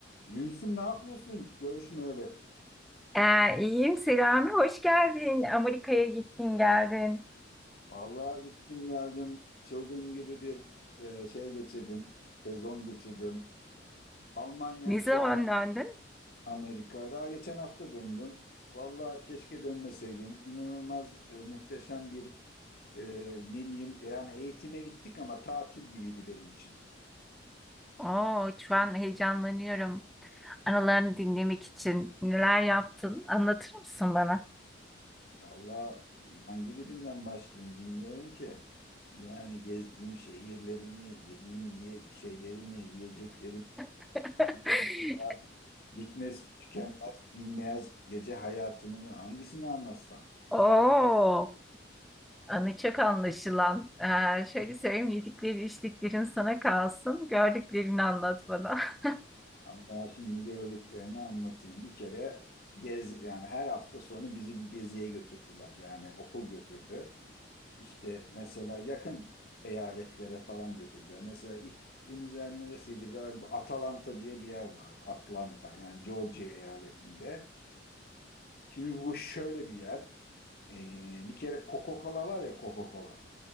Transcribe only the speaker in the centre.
Ee, iyiyim Selami, hoş geldin. Amerika'ya gittin geldin.
Ne zaman
döndün?
Oo, şu an heyecanlanıyorum. Anılarını dinlemek için neler yaptın? Anlatır mısın bana?
<laughs>
Oo, anı çok anlaşılan. Ee, şöyle söyleyeyim, yedikleri içtiklerin sana kalsın. Gördüklerini anlat bana. <laughs>